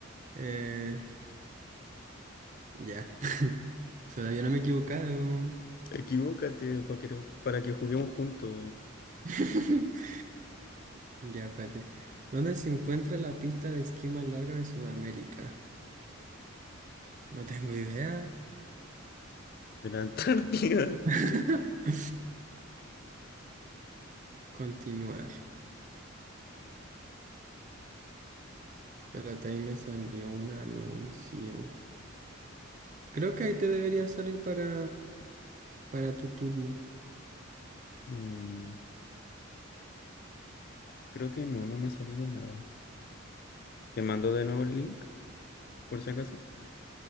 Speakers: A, on the right; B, on the left.
A: Eh, ya, todavía no me he equivocado.
B: Equivócate, pa' que- para que juguemos juntos
A: <laughs> Ya, espérate. ¿Dónde se encuentra la pista de esquí más larga de Sudamérica? No tengo idea.
B: en la Antártida.
A: <laughs>
B: <laughs>
A: Continuar. Espérate, ahí me salió un anuncio. Creo que ahí te debería salir para... para tu turno.
B: Mm, creo que no, no me ha salido nada. Te mando de nuevo el link, por si acaso.